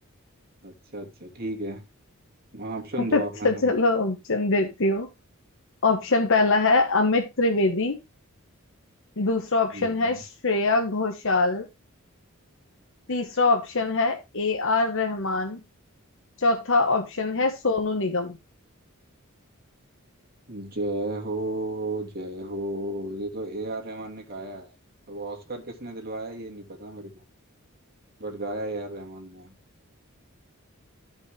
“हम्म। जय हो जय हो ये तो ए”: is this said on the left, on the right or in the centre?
Right